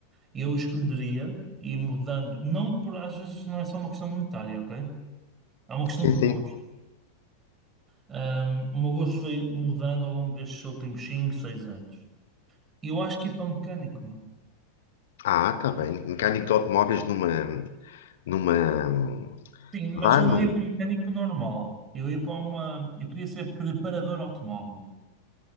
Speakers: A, on the right; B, on the left.
A: eu escolheria e mudando, não por às vezes não é só uma questão monetária, ok? É uma questão
B: sim,
A: de
B: sim.
A: gosto. Ahm, o meu gosto foi mudando ao longo destes últimos 5 6 anos. E Eu acho que ia para mecânico, meu.
B: Ah, tá bem. Mecânico de automóveis numa, numa,
A: Sim,
B: vá
A: mas eu
B: num,
A: não ia para mecânico normal. Eu ia para uma. Eu queria ser preparador automóvel.